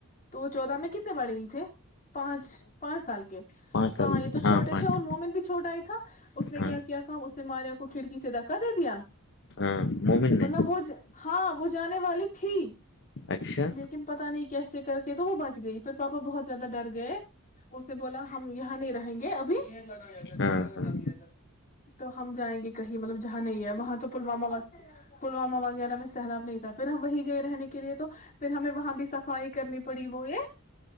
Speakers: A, on the left (about 40°); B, on the left (about 55°).
A: تو چودہ میں کتنے بڑے ہی تھے پانچ پانچ سال کے
B: پانچ سال
A: ہاں یہ تو چھوٹے
B: پانچ
A: تھے اور مومن بھی چھوٹا آ ہی تھا تھا اس نے
B: ہاں
A: کیا کیا کام اس نے ماریا کو کھڑکی سے دھکا دے دیا
B: ہاں مومن نے
A: مطلب وہ ج ہاں وہ جانے والی تھی
B: اچھا
A: لیکن پتا نہیں کیسے کر کے تو وہ بچ گئی پھر پاپا بہت زیادہ ڈر گئے اس نے بولا ہم یہاں نہیں رہیں گے ابھی نین لگایا س
B: ہاں
A: نین لگا
B: ہاں
A: چل د ہے سر تو ہم جائیں گے کہیں مطلب جہاں نہیں ہے وہاں تو پلوامہ پلوامہ وغیرہ میں سیلاب نہیں تھا پھر ہم وہیں گئے رہنے کے لیے تو پھر ہمیں وہاں بھی س صائی کرنی پڑی وہ یہ